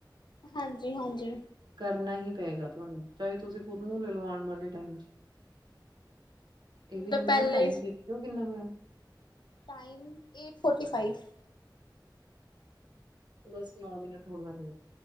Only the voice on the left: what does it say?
ਹਾਂਜੀ, ਹਾਂਜੀ,
ਹਮ
ਮਤਲਬ
ਪਹਿਲਾਂ
ਹੀ
ਟਾਈਮ, ਏਟ ਫੋਰਟੀ ਫਾਈਵ।